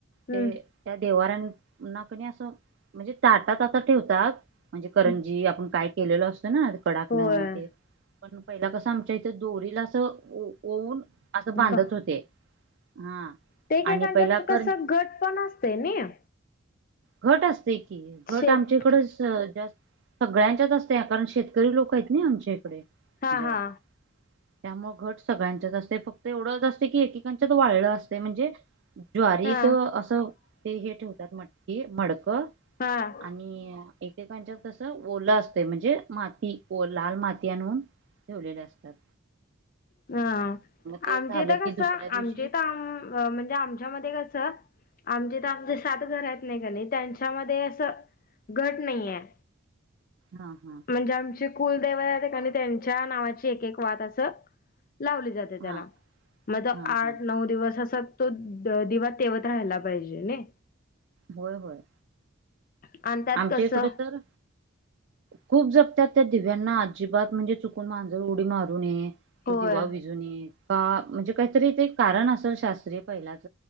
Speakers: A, on the left (about 40°); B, on the right (about 55°).
A: हम्म
B: ते त्या देवाऱ्यांना कणी असं म्हणजे ताटात अस ठेवतात. म्हणजे करंजी
A: हम्म.
B: आपण काय केलेलो असतो ना कडाकनं
A: होय
B: म ते पण पहिला कसं आमच्या इथ दोरीला असं ओ ओऊन असं बांधत
A: ब
B: होते हा
A: ते काय
B: आणि पहिला
A: त्यात कसं
B: कर
A: घट पण असते ना
B: घट असतय की घट
A: शेत
B: आमच्याइकडच जास्त सगळ्यांच्याच असतय, कारण शेतकरी लोक आहेत नई आमच्याइकडे
A: हा
B: जास्त.
A: हा
B: त्यामुळे घट सगळ्यांच्याच असतय, फक्त एवढंच असतय की, एकेकांच्यात वाळ असतय, म्हणजे ज्वारीत
A: हा
B: असं ते हे ठेवतात, मटकी, मडकं.
A: हा
B: आणि एक एक एककांच्यात कसं, ओलं असतंय म्हणजे, माती, लाल माती आणून ठेवलेल असत्यात.
A: हम्म!
B: ते
A: आमच्याइथ
B: झालं
A: कसं,
B: की दुसऱ्या दिवशी
A: आमच्या इथ, आम म्हणजे आमच्यामध्ये कसं आमचे तर आमचे सात घर आहेत नाही कणी, त्यांच्यामध्ये असं घट नाही हाय.
B: हा हा.
A: म्हणजे आमचे कुलदैवते <unintelligible> त्यांच्या नावाची एक एक वात असं लावली जाते. त्याला,
B: हा
A: म
B: हा
A: आठ
B: हा
A: नऊ दिवस असं तो दिवा तेवत राहायला पाहिजे नइ.
B: होय होय.
A: आणि त्यात
B: आमच्याइकडं
A: कसं
B: तर खूप जगत्याात त्या दिव्यांना, अजिबात म्हणजे चुकून मांजर उडी मारून नये,
A: होय
B: तो दिवा विजू नये, म्हणजे काहीतरी ते कारण असेल शास्त्रीय पहिलाच.